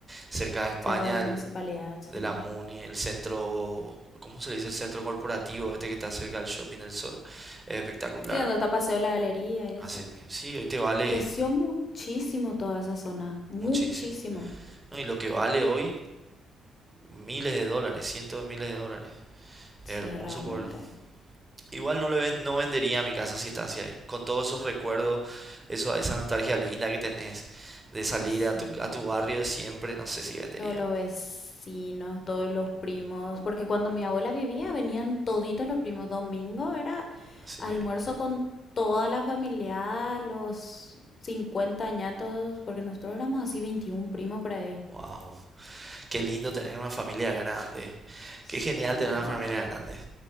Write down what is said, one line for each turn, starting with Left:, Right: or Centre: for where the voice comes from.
Right: cerca de España,
Left: cerca de la
Right: el-
Left: municipalidad, sí.
Right: de la MONI, el centro, ¿cómo se le dice? El centro corporativo, este que está cerca del Shopping del Sol, es espectacular.
Left: Sí, donde está Paseo la Galería y
Right: Así
Left: eso.
Right: mismo. Sí, hoy te vale
Left: Creció muchísimo toda esa zona, muchísimo.
Right: muchísimo. No, y lo que vale hoy, miles de dólares, cientos de miles de dólares.
Left: Sí,
Right: Es hermoso
Left: realmente.
Right: por... Igual no, lo ven- no vendería mi casa si estás ahí. Con todos esos recuerdos, eso, esa nostalgia linda que tenés de salir
Left: Sí.
Right: a tu, a tu barrio de siempre, no sé si vendería.
Left: Todos los vecinos, todos los primos, porque cuando mi abuela vivía venían toditos los primos. Domingo era
Right: Así
Left: almuerzo
Right: mismo.
Left: con toda la familia, los 50 añatos, porque nosotros éramos así 21 primos por ahí.
Right: Wow. Qué lindo tener una familia grande.
Left: Sí,
Right: Qué genial tener
Left: realmente.
Right: una familia grande.